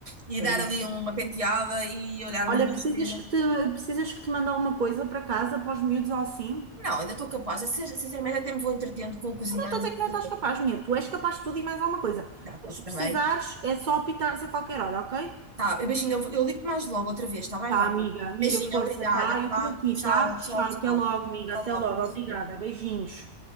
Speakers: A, on the right; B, on the right.
A: e
B: É
A: dar ali
B: isso.
A: uma penteada e olhar-me
B: Olha,
A: ali no
B: precisas
A: espelho.
B: que te, precisas que te mande alguma coisa para casa, para os miúdos ou assim?
A: Não, ainda estou capaz. Eu, sin- Sinceramente, até me vou entretendo com o cozinhar.
B: Eu não estou
A: e
B: a dizer
A: não
B: que não
A: sei
B: estás
A: o
B: capaz,
A: quê.
B: minha. Tu és capaz de tudo e mais alguma coisa.
A: Tá, tá,
B: Mas
A: tá
B: se precisares,
A: bem.
B: é só apitares a qualquer hora, ok?
A: Tá, eu- beijinho, eu, vou- eu ligo-te mais logo outra vez, tá bem,
B: Tá,
A: vai
B: amiga,
A: vai.
B: amiga,
A: Beijinho,
B: força,
A: obrigada.
B: tá? Eu
A: Tá?
B: estou aqui,
A: Tchau,
B: tá? Tchau,
A: tchau, tchau.
B: até logo, amiga,
A: Até
B: até
A: logo,
B: logo.
A: beijinho.
B: Obrigada, beijinhos.